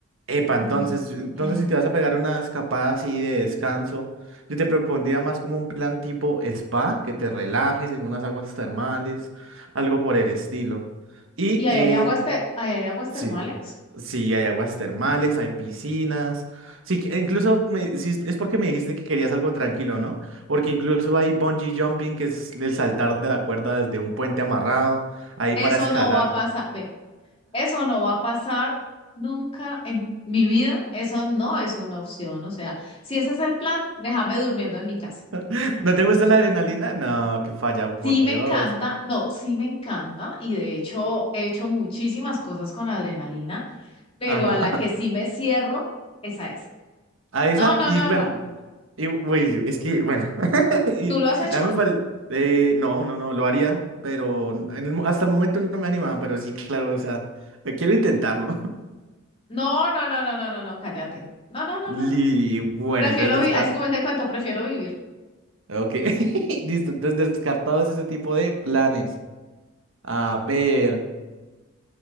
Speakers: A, on the right; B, on the left.
A: Epa,
B: Entonces,
A: entonces, entonces
B: eh, ay,
A: si te vas a pegar una escapada así de descanso, yo te propondría más como un plan tipo spa, que te relajes en unas aguas termales, algo por el estilo. Y
B: ¿y ahí
A: eh,
B: hay aguas, te- ahí hay aguas
A: Sí,
B: termales?
A: sí, hay aguas termales, hay piscinas. Sí, que- e incluso me- sí, es es porque me dijiste que querías algo tranquilo, ¿no? Porque incluso hay bungee jumping, que es el saltar de la cuerda desde un puente amarrado, ahí
B: Eso
A: para escalar.
B: no va a pasar. Eso no va a pasar nunca en mi vida. Eso no es una opción. O sea, si ese es el plan, déjame durmiendo en mi casa.
A: <laughs> ¿No te gusta la adrenalina? No, que falla, por
B: Sí
A: Dios.
B: me encanta, no, sí me encanta y de hecho he hecho muchísimas cosas con adrenalina, pero
A: Ajá.
B: a la
A: <laughs>
B: que sí me cierro, esa es.
A: A esa,
B: No, no,
A: y
B: no,
A: bueno,
B: no, no.
A: y, uy, es que, bueno, <laughs> y
B: ¿Tú lo has hecho?
A: a mí me parece, no, no, no, lo haría, pero en el mo- hasta el momento no me animaba, pero sí, claro, o sea, eh, quiero intentarlo.
B: No, no, no, no, no, no, no, cállate. No, no, no,
A: Li-
B: no, no.
A: Bueno,
B: Prefiero
A: entonces descartado.
B: vivir, ahí sí como dice el cuento, prefiero vivir.
A: Ok. <laughs> Listo, entonces descartados ese tipo de planes. A ver,